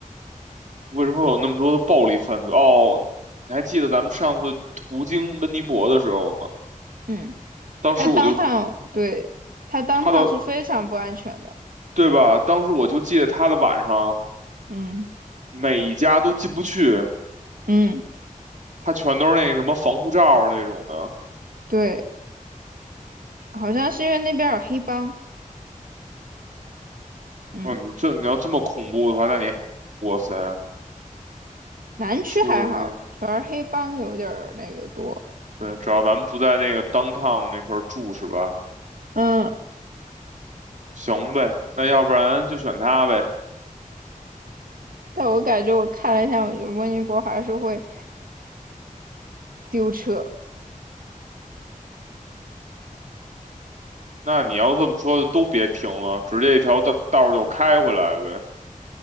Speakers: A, on the right; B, on the right.
A: 为什么会有那么多的暴力犯罪？哦，你还记得咱们上次途经温尼伯的时候吗？
B: 嗯。
A: 当时我就
B: 它当趟，对，它当趟是非常不安全的。
A: 他的，对吧？当时我就记得他的晚上
B: 嗯
A: 每一家都进不去，
B: 嗯，
A: 他全都是那个什么防护罩儿那种的。
B: 对，好像是因为那边有黑帮。嗯，
A: 哦，你这你要这么恐怖的话，那你，哇塞，
B: 南区还好，
A: 说是，
B: 主要是黑帮有点儿那个多。
A: 对，只要咱们不在那个 downtown 那块儿住是吧？
B: 嗯，
A: 行呗，那要不然就选他呗。
B: 但我感觉我看了一下，我觉得温尼伯还是会丢车。
A: 那你要这么说，都别停了，直接一条道道儿就开回来呗。